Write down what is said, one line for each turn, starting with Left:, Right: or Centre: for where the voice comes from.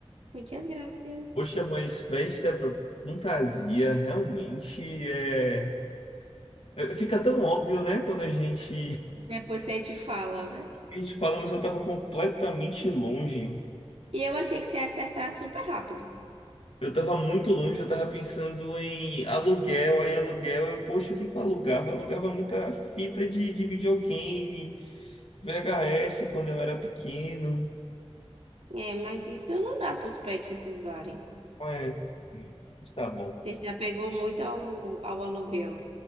Right: Muitas graças.
Left: Poxa, mas festa é pra fantasia realmente é. é, Fica tão óbvio, né? Quando a gente
Right: Depois que a gente fala, né?
Left: A gente fala, mas eu tava completamente longe.
Right: E eu achei que você ia acertar super rápido.
Left: Eu tava muito longe, eu tava pensando em aluguel, aí aluguel, eu, poxa, o que que eu alugava? Eu alugava muita fita de, de videogame, VHS quando eu era pequeno.
Right: É, mas isso não dá para os pets usarem.
Left: É, Hum, tá bom.
Right: Você se apegou muito ao, ao aluguel.